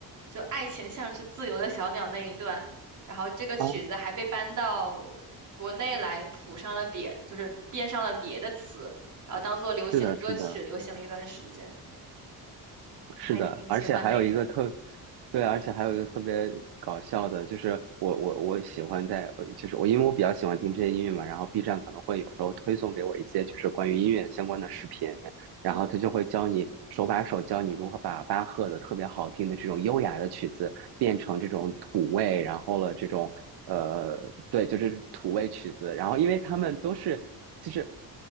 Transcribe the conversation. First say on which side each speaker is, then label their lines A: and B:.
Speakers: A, on the right; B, on the right.
A: 就爱情像是自由的小鸟那一段，然后这个曲子还被搬到
B: 哦，
A: 国内来谱上了别，就是变上了别的词，然后当做流行歌曲流行了一段时间，
B: 是的，是的，是的，
A: 还挺喜欢那个的。
B: 而且还有一个特，对，而且还有一个特别搞笑的，就是我我我喜欢在，呃就是我因为我比较喜欢听这些音乐嘛，然后 B 站可能会有时候推送给我一些就是关于音乐相关的视频，然后他就会教你手把手教你如何把巴赫的特别好听的这种优雅的曲子变成这种土味，
A: 嗯，
B: 然后了这种呃，对，就是土味曲子。然后因为他们都是就是